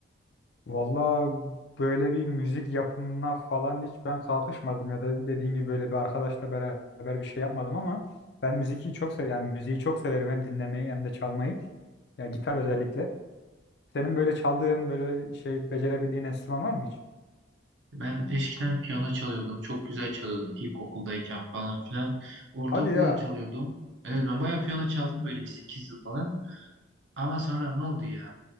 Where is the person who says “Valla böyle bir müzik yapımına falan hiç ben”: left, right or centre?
Left